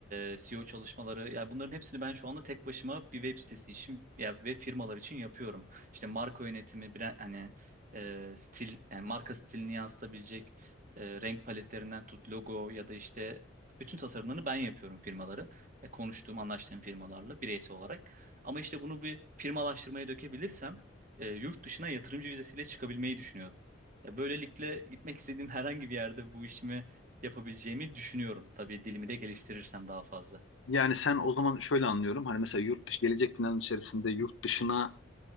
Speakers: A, on the right; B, on the left.
A: e, SEO çalışmaları. Yani bunların hepsini ben şu anda tek başıma bir web sitesi için ya ve firmalar için yapıyorum. İşte marka yönetimi, brand, hani e, stil, yani marka stilini yansıtabilecek e, renk paletlerinden tut logo ya da işte bütün tasarımlarını ben yapıyorum firmaların. E, konuştuğum, anlaştığım firmalarla bireysel olarak. Ama işte bunu bir firmalaştırmaya dökebilirsem e, yurt dışına yatırımcı vizesiyle çıkabilmeyi düşünüyorum. Ya böylelikle gitmek istediğim <laughs> herhangi bir yerde bu işimi yapabileceğimi düşünüyorum. Tabii dilimi de geliştirirsem daha fazla.
B: Yani sen o zaman şöyle anlıyorum. Hani mesela yurt dışı gelecek planın içerisinde yurt dışına